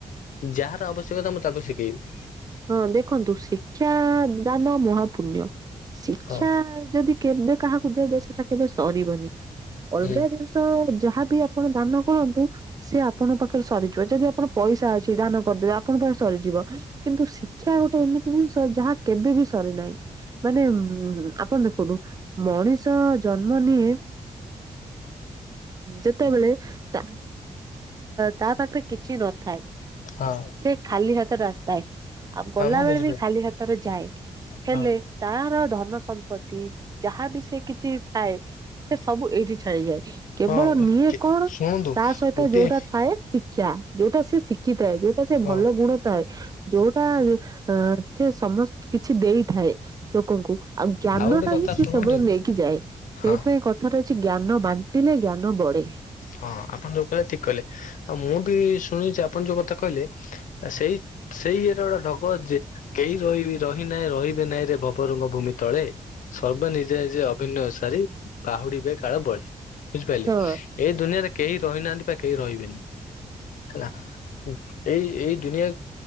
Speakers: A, on the left; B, on the right.
A: ଯାହାର ଆବଶ୍ୟକତା ମୁଁ ତାକୁ ଶିଖେଇବି।
B: ହଁ ଦେଖନ୍ତୁ ଶିକ୍ଷା ଦାନ ମହା ପୁଣ୍ୟ। ଶିକ୍ଷା
A: ହଁ
B: ଯଦି କେବେ କାହାକୁ ଦେବେ ସେଟା କେବେ ସରିବନି। ଅଲଗା
A: ହୁଁ।
B: ଜିନିଷ ଯାହାବି ଆପଣ ଦାନ କରନ୍ତୁ ସେ ଆପଣଙ୍କ ପାଖରେ ସରିଯିବ ଯଦି ଆପଣ ପଇସା ଅ ଛି ଦାନ କରିଦେବେ ଆପଣ ପାଖେ ସରିଯିବ। କିନ୍ତୁ ଶିକ୍ଷା ଗୋଟେ ଏମିତି ଜିନିଷ ଯାହା କେବେ ବିି ସରେ ନାହିଁ। ମାନେ ଉମ୍ ଆପଣ ଦେଖନ୍ତୁ ମଣିଷ ଜନ୍ମ ନିଏ ଯେତେବେଳେ ତା ତା ପାଖରେ କିଛି ନଥାଏ
A: ହଁ
B: ସେ ଖାଲି ହାତରେ ଆସିଥାଏ। ଆଉ ଗଲାବେେଳେ
A: ହଁ ମୁଁ ବୁଝିପାରୁଛି
B: ବି ଖାଲି ହାତରେ ଯାଏ ହେଲେ
A: ହଁ
B: ତାର ଧନ ସମ୍ ଯାହା ବି ସେ କିଛି ଥାଏ ସେ ସବୁ ଏଇଠି ଛାଡିଯାଏ। କେବଳ
A: ହଁ
B: ନିଏ କଣ?
A: ଶୁଣନ୍ତୁ
B: ତା ସହିତ
A: ଗୋଟିଏ
B: ଯୋଉଟା ଥାଏ ଶିକ୍ଷା, ଯୋଉଟା ସେ ଶିଖିଥାଏ ଯୋଉଟା ସେ
A: ହଁ।
B: ଭଲ ଗୁଣ ଥାଏ। ଯୋଉଟା ଅ ସେ ସମସ୍ତ କିଛି ଦେଇଥାଏ। ଲୋକଙ୍କୁ ଆଉ ଜ୍ଞାନ
A: ଗୋଟେ
B: ଟା
A: କଥା
B: ହିଁ ସେ
A: ଶୁଣନ୍ତୁ
B: ସେବଳି
A: କି
B: ନେଇକି ଯାଏ, ସେଇଥିପାଇଁ
A: ହଁ
B: କଥା କଥାରେ ଅଛି ଜ୍ଞାନ ବାଣ୍ଟିଲେ ଜ୍ଞାନ ବଢେ।
A: ହଁ ଆପଣ ଯୋଉ କହିଲେ ଠିକ କହିଲେ, ଆଉ ମୁଁ ବି ଶୁଣିଛି ଆପଣ ଯୋଉ କଥା କହିଲେ ସେଇ ସେଇ ଇଏରେ ଗୋଟେ ଢଗ ଅଛି ଯେ, କେହି ରହିବି ରହି ନାହିଁ ରହିବେ ନାହିଁ ରେ ଭବରଙ୍ଗ ଭୂମି ତଳେ। ସର୍ବ ନିଜେ ନିଜେ ଅଭିନୟ ସାରି ବାହୁଡିବେ କାଳ ବଳେ, ବୁଝିପାରିଲେ?
B: ହଁ
A: ଏଇ ଦୁନିଆରେ କେହି ରହିନାହାନ୍ତି ବା କେହି ରହିବେନି, ହେଲା। ଏଇ ଏଇ ଦୁନିଆ